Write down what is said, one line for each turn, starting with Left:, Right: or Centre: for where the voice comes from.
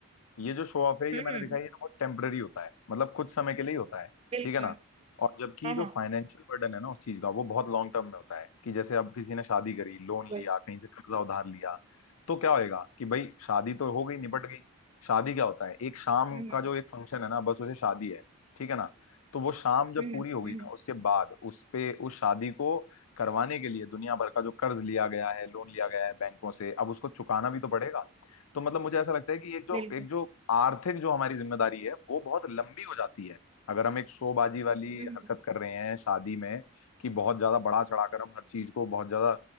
Left: ये जो शो ऑफ है
Right: हम्म
Left: ये मैंने
Right: हम्म,
Left: दिखाई है ना, वो टेम्पररी होता है मतलब कुछ समय के लिए ही होता है
Right: बिल्कुल
Left: ठीक है ना और जबकि
Right: हाँ हाँ
Left: जो फाइनेंशियल बर्डन है ना उस चीज का वो बहुत लॉन्ग टर्म में होता है कि जैसे अब किसी ने शादी करी लोन
Right: बिल्कुल
Left: लिया कहीं से कर्जा उधार लिया तो क्या होएगा कि भाई शादी तो हो गई निपट गई शादी क्या होता है एक शाम
Right: हम्म
Left: का
Right: हम्म
Left: जो एक फंक्शन है ना बस उसे शादी है ठीक है ना तो वो शाम जब
Right: हम्म
Left: पूरी हो गई
Right: हम्म,
Left: ना उसके बाद उस पे उस शादी को करवाने के लिए दुनिया भर का जो कर्ज लिया गया है लोन लिया गया है बैंकों से अब उसको चुकाना भी तो पड़ेगा तो मतलब मुझे ऐसा लगता है कि एक जो
Right: बिल्कुल
Left: एक जो आर्थिक जो हमारी जिम्मेदारी है वो बहुत लंबी हो जाती है अगर हम एक शोबाजी वाली
Right: हम्म
Left: हरकत कर रहे हैं शादी में कि बहुत ज्यादा बढ़ा चढ़ाकर हम हर चीज को बहुत ज्यादा